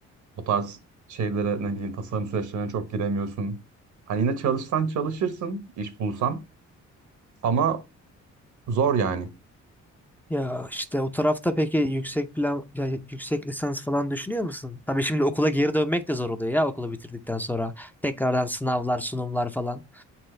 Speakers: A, on the right (about 75°); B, in the centre.
A: O tarz şeylere ne diyeyim tasarım süreçlerine çok giremiyorsun. Hani yine çalışsan çalışırsın iş bulsan ama zor yani
B: Ya işte o tarafta peki yüksek plan ya yüksek lisans falan düşünüyor musun? Tabii şimdi okula geri dönmek de zor oluyor ya okulu bitirdikten sonra. Tekrardan sınavlar, sunumlar falan.